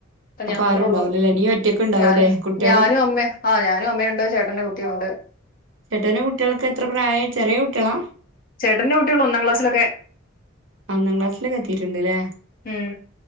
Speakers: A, on the left (about 45°); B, on the right (about 75°).
A: അപ്പ
B: അപ്പൊ
A: ഞാൻ മാത്രേ
B: ആരും ഉണ്ടാവൂലല്ലേ
A: ഉള്ളൂ
B: നീ ഒറ്റക്ക് ഉണ്ടാവൂലേ
A: ഞാൻ
B: കുട്ടികളും
A: ഞാനും അമ്മേ ആഹ് ഞാനും അമ്മയുണ്ട് ചേട്ടന്റെ കു ട്ടിയുണ്ട്.
B: ചേട്ടന് കുട്ടികൾക്ക് എത്ര പ്രായം ചെറിയ കുട്ടികളാ?
A: ചേട്ടന്റെ കുട്ടികൾ ഒന്നാം ക്ലാസ്സിലൊക്കെ
B: ഒന്നാം ക്ലാസ്സിലൊക്കെ എത്തിയിട്ടുണ്ട്ല്ലേ?
A: ഉം